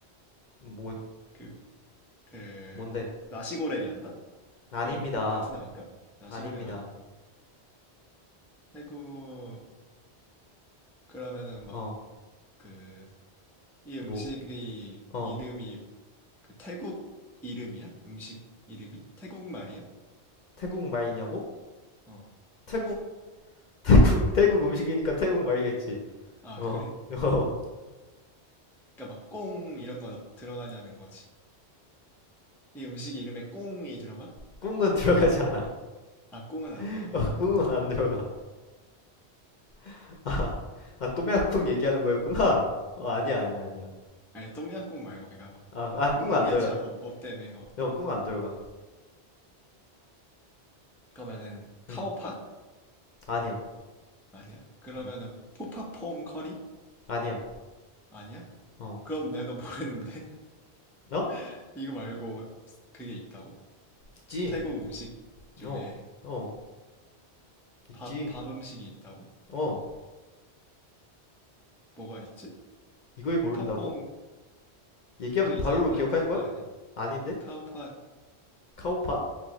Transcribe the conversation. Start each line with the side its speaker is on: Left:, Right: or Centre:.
Left: 뭐,
Centre: 그, 그,
Left: 뭔데?
Centre: 나시고랭이었나?
Left: 아닙니다.
Centre: 그건 베트남인가? 나시고랭
Left: 아닙니다.
Centre: 아니고. 태국, 그러면은 막
Left: 어,
Centre: 그, 이 음식이
Left: 뭐, 어,
Centre: 이름이 그 태국 이름이야? 음식 이름이? 태국 말이야?
Left: 태국 말이냐고?
Centre: 어.
Left: 태국, <laughs> 태국, 태국 음식이니까 태국 말이겠지.
Centre: 아,
Left: 어,
Centre: 그래?
Left: <laughs> 어.
Centre: 그러니까 막 꽁 이런 거 들어가냐는 거지. 이 음식 이름에 꽁이 들어가?
Left: 꿍은 들어가지 않아.
Centre: 아, 꽁은 안
Left: <laughs>
Centre: 들어가?
Left: 어, 꿍은 안 들어가. <laughs> 아, 아 또미앙꿍 얘기하는 거였구나. 어, 아니야, 아니야, 아니야.
Centre: 아니 똠양꿍 말고 걔가 막
Left: 아, 아, 꿍
Centre: 국물이
Left: 안 들어가.
Centre: 애초에 없, 없다며 어
Left: 어, 꿍안 들어가.
Centre: 그러면은 카오팟
Left: 음, 아니야.
Centre: 아니야 그러면은
Left: 음,
Centre: 푸파퐁 커리
Left: 아니야.
Centre: 아니야
Left: 어,
Centre: 그럼 내가 모르는데
Left: 어?
Centre: <laughs> 이거 말고 그게 있다고
Left: 있지.
Centre: 태국 음식 중에
Left: 어, 어, 있지.
Centre: 밥 밥 음식이 있다고
Left: 어,
Centre: 뭐가 있지
Left: 이걸 모른다고?
Centre: 푸파퐁
Left: 얘기하면
Centre: 또 이상한
Left: 바로
Centre: 거
Left: 기억할걸?
Centre: 한 거 아니야
Left: 아닌데?
Centre: 카오팟
Left: 카오팟?